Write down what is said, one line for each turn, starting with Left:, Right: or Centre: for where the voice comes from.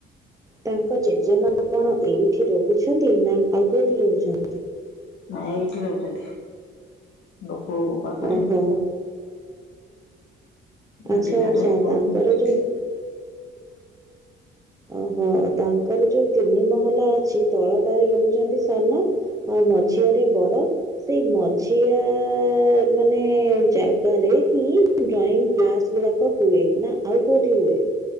Right: ତାଙ୍କ ଜେଜେମା କଣ ଏଇଠି ରହୁଛନ୍ତି ନା ଆଉ କୋଉଠି ରହୁଛନ୍ତି?
Left: ନାଇଁ ଏଇଠି ରହୁଛନ୍ତି ତାଙ୍କ ପୁଅବହୁ ପାଖରେ।
Right: ଓହୋ ଆଚ୍ଛା
Left: ନାତି ନାତୁଣୀ
Right: ଆଚ୍ଛା
Left: ବଉ
Right: ତାଙ୍କର
Left: ଅଛନ୍ତି।
Right: ଯୋଉ ଓହୋ ତାଙ୍କର ଯୋଉ ତିନି ମହଲା ଅଛି ତଳଟାରେ ରହୁଛନ୍ତି ସାନ ଆଉ ମଝିଆରେ ବଡ ସେଇ ମଝିଆ ମାନେ ଜାଗାରେ ହିଁ ଡ୍ରଇଂ କ୍ଲାସ ଗୁଡାକ ହୁଏ ନା ଆଉ କୋଉଠି ହୁଏ?